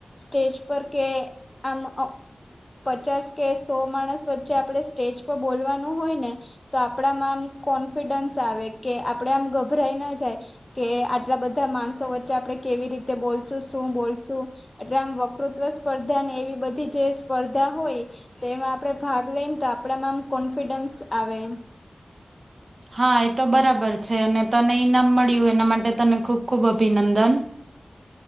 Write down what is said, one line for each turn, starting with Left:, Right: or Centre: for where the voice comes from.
Left: સ્ટેજ પર કે આમ પચાસ કે સો માણસ વચ્ચે આપણે સ્ટેજ પર બોલવાનું હોય ને તો આપણામાં આમ કોન્ફિડન્સ આવે કે આપણે આમ ગભરાઈ ના જાય કે આટલા બધા માણસો વચ્ચે આપણે કેવી રીતે બોલશું શું બોલશું એટલે આમ વકૃતવ સ્પર્ધા એવી બધી જે સ્પર્ધા હોય તો એમાં આપણે ભાગ લઈને તો આપણામાં આમ કોન્ફિડન્સ આવે એમ
Right: હા એ તો બરાબર છે અને તને ઈનામ મળ્યું એના માટે તને ખૂબ ખૂબ અભિનંદન